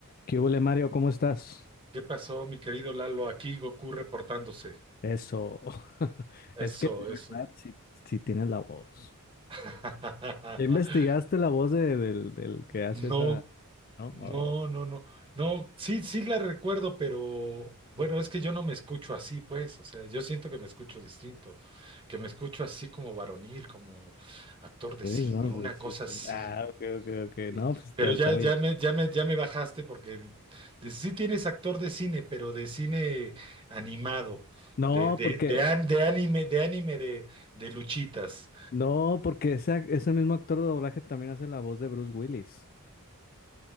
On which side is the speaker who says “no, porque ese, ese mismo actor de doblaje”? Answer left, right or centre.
Left